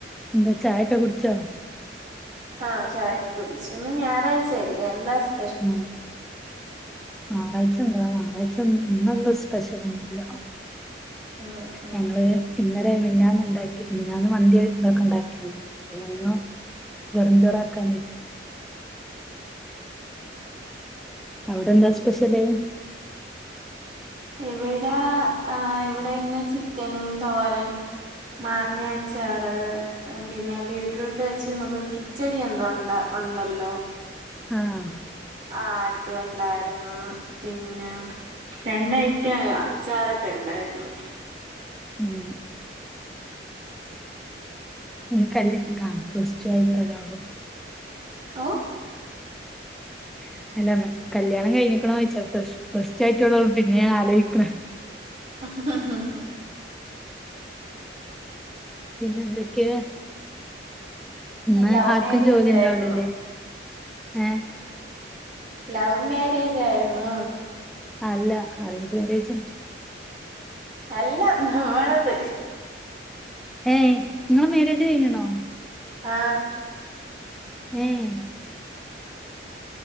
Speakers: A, in the centre; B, on the right.
A: എന്താ ചായക്കെ കുടിച്ചാ
B: ആഹ ചായക്ക കുടിച്ചു ഇന്ന് ഞായറാഴ്ചയല്ലെ എന്താ സ്
A: ഉ ആറായ്ച്ച ന്താ ഞായറാഴ്ച്ചന്ന് ഇന്നൊന്ന് സ്പെഷ്യലൊന്നുല്ല്യ
B: ഉം ഉം
A: ഞങ്ങള് ഇന്ന അതെ മിന്യാന്ന് ഇണ്ടാക്കി മിന്യാന്ന് മന്തി തൊക്കെ ഉണ്ടാക്കീ പിന്നെന്നു വെറഞ്ചോറാക്കി അവിടെ എന്താ സ്പെഷ്യല്
B: ഇവിടാ ആ ഇവിടെ ഇന്ന് ചിക്കനും തോരൻ മാങ്ങ അച്ചാറ് പിന്നെ ബീട്രൂട്ട് വെച്ച് നമ്മൾ കിച്ചടി എന്തോ ഉണ്ട് ഉണ്ടല്ലോ
A: ആഹ
B: ആ അതുണ്ടായിരുന്ന് പിന്നെ രണ്ടഐറ്റായ അച്ചാറൊക്കെ ഉണ്ട് ണ്ടായിരുന്നു
A: ഉം നീ കല്യാ കാ പ്ലസ് ടു ആയിട്ടല്ലെ ആവള്ളൂ
B: ഓ
A: <inaudible> അല്ല കല്യാണം കഴിഞ്ഞിക്കണൊ ചോയ്ച്ചാ പ്ലസ് ടു ആയിട്ടുള്ളത് പിന്നെയാ ആലോയിക്ക്ണെ
B: ആ ആഹ ആഹ ഹാ
A: പിന്നെ എന്തൊക്കെയാ ഇന്ന്
B: ലവ്
A: ആർക്കും
B: മാരേജ്
A: ജോലി ഇണ്ടാവൂലല്ലേ
B: ആയിരുന്നു
A: ഏ
B: ലവ് മാരേജ് ആയിരുന്നോ
A: അല്ല അറേഞ്ച് മാര്യേജന്നെ
B: അല്ല നമ്മളത്
A: ഏയ് നിങ്ങളെ മരേജ് കഴഞ്ഞ്ണോ
B: ആഹ
A: ഹം